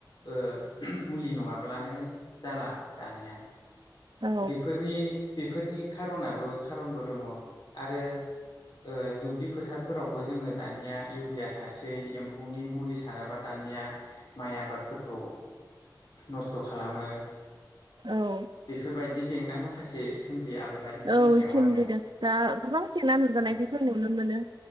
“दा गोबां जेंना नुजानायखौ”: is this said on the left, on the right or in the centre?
Right